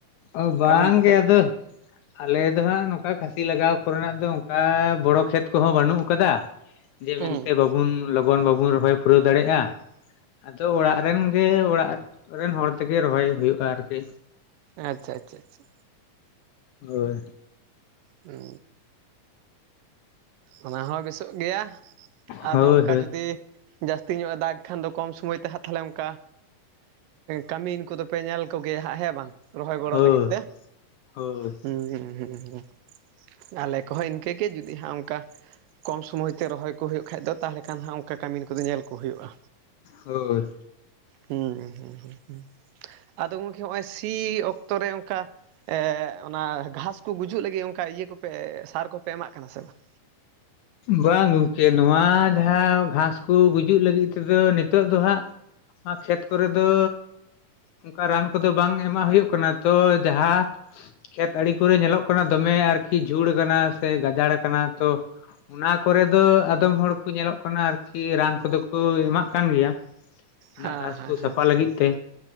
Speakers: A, on the left; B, on the right.
A: ᱚ ᱵᱟᱝ
B: ᱠᱟᱹᱢᱤᱱ ᱠᱚᱯᱮ
A: ᱜᱮ ᱟᱫᱚ᱾ ᱟᱞᱮ ᱫᱚ ᱦᱟᱸᱜ ᱱᱚᱝᱠᱟ ᱠᱷᱟᱹᱥᱤ ᱞᱟᱜᱟᱣ ᱠᱚᱨᱮᱱᱟᱜ ᱫᱚ ᱚᱱᱠᱟ ᱵᱚᱲᱚ ᱠᱷᱮᱛ ᱠᱚᱦᱚᱸ ᱵᱟᱹᱱᱩᱜ ᱠᱟᱫᱟ᱾ ᱡᱮ
B: ᱦᱩᱸ
A: ᱢᱮᱱᱛᱮ ᱵᱟᱵᱩᱱ ᱞᱚᱜᱚᱱ ᱵᱟᱵᱚᱱ ᱨᱚᱦᱚᱭ ᱯᱩᱨᱟᱹᱣ ᱫᱟᱲᱮᱭᱟᱜ-ᱟ᱾ ᱟᱫᱚ ᱚᱲᱟᱜ ᱨᱮᱱ ᱜᱮ ᱚᱲᱟᱜ ᱨᱮᱱ ᱦᱚᱲ ᱛᱮᱜᱮ ᱨᱚᱦᱚᱭ ᱦᱩᱭᱩᱜ-ᱟ ᱟᱨᱠᱤ᱾
B: ᱟᱪᱪᱷᱟ ᱟᱪᱪᱷᱟ ᱟᱪᱪᱷᱟ
A: ᱦᱳᱭ
B: ᱦᱩᱻ ᱚᱱᱟ ᱦᱚᱸ ᱵᱮᱥᱚᱜ ᱜᱮᱭᱟ ᱟᱫᱚ
A: ᱦᱳᱭ
B: ᱚᱱᱠᱟ
A: ᱦᱳᱭ
B: ᱡᱩᱫᱤ ᱡᱟᱹᱥᱛᱤ ᱧᱚᱜ-ᱟ ᱫᱟᱜᱽ ᱠᱷᱟᱱ ᱫᱚ ᱠᱚᱢ ᱥᱚᱢᱚᱭ ᱛᱮ ᱦᱟᱜ ᱛᱟᱦᱚᱞᱮ ᱚᱱᱠᱟ ᱠᱟᱹᱢᱤᱱ ᱠᱚᱫᱚ ᱯᱮ ᱧᱮᱞ ᱠᱚᱜᱮᱭᱟ ᱦᱟᱸᱜ ᱦᱮᱸ ᱵᱟᱝ᱾ ᱨᱚᱦᱚᱭ ᱜᱚᱲᱚ
A: ᱦᱳᱭ
B: ᱞᱟᱹᱜᱤᱫ ᱛᱮ
A: ᱦᱳᱭ
B: ᱦᱩᱸ ᱦᱩᱸ ᱦᱩᱸ ᱟᱞᱮ ᱠᱚᱦᱚᱸ ᱤᱱᱠᱟᱹᱜ ᱜᱮ ᱡᱩᱫᱤ ᱦᱟᱸᱜ ᱚᱱᱠᱟ ᱠᱚᱢ ᱥᱚᱢᱚᱭ ᱛᱮ ᱨᱚᱦᱚᱭ ᱠᱚ ᱦᱩᱭᱩᱜ ᱠᱷᱟᱡ ᱫᱚ ᱛᱟᱦᱚᱞᱮ ᱠᱷᱟᱱ ᱦᱟᱸᱜ ᱚᱱᱠᱟ ᱠᱟᱹᱢᱤᱱ ᱠᱚᱫᱚ ᱧᱮᱞ ᱠᱚ ᱦᱩᱭᱩᱜ-ᱟ᱾
A: ᱦᱳᱭ
B: ᱦᱩᱸ ᱦᱩᱸ ᱦᱩᱸ ᱟᱫᱚ ᱜᱚᱢᱠᱮ ᱦᱚᱜ-ᱚᱭ ᱥᱤ ᱚᱠᱛᱚ ᱨᱮ ᱚᱱᱠᱟ ᱚᱱᱟ ᱜᱷᱟᱸᱥ ᱠᱚ ᱜᱩᱡᱩᱜ ᱞᱟᱹᱜᱤᱫ ᱚᱱᱠᱟ ᱤᱭᱟᱹ ᱠᱚᱯᱮ ᱥᱟᱨ ᱠᱚᱯᱮ ᱮᱢᱟᱜ ᱠᱟᱱᱟ ᱥᱮ ᱵᱟᱝ?
A: ᱵᱟᱝ ᱜᱚᱢᱠᱮ ᱱᱚᱣᱟ ᱡᱟᱦᱟᱸ ᱜᱷᱟᱸᱥ ᱠᱚ ᱜᱩᱡᱩᱜ ᱞᱟᱹᱜᱤᱫ ᱛᱮᱫᱚ ᱱᱤᱛᱚᱜ ᱫᱚ ᱦᱟᱸᱜ ᱱᱚᱣᱟ ᱠᱷᱮᱛ ᱠᱚᱨᱮ ᱫᱚ ᱚᱱᱠᱟ ᱨᱟᱱ ᱠᱚᱫᱚ ᱵᱟᱝ ᱮᱢᱟᱜ ᱦᱩᱭᱩᱜ ᱠᱟᱱᱟ ᱛᱚ ᱡᱟᱦᱟᱸ ᱠᱷᱮᱛ ᱟᱲᱮ ᱠᱚᱨᱮ ᱧᱮᱞᱚᱜ ᱠᱟᱱᱟ ᱫᱚᱢᱮ ᱟᱨᱠᱤ ᱡᱷᱩᱲ ᱠᱟᱱᱟ ᱥᱮ ᱜᱟᱡᱟᱲ ᱠᱟᱱᱟ ᱛᱚ, ᱚᱱᱟ ᱠᱚᱨᱮ ᱫᱚ ᱟᱫᱚᱢ ᱦᱚᱲ ᱠᱚ ᱧᱮᱞᱚᱜ ᱠᱟᱱᱟ ᱟᱨᱠᱤ ᱨᱟᱱ ᱠᱚᱫᱚ ᱠᱚ ᱮᱢᱟᱜ ᱠᱟᱱ ᱜᱮᱭᱟ᱾ ᱚᱱᱟ
B: ᱦᱮᱸ
A: ᱜᱷᱟᱥ
B: ᱦᱮᱸ
A: ᱠᱚ ᱥᱟᱯᱷᱟ
B: ᱦᱮᱸ
A: ᱞᱟᱹᱜᱤᱫ ᱛᱮ᱾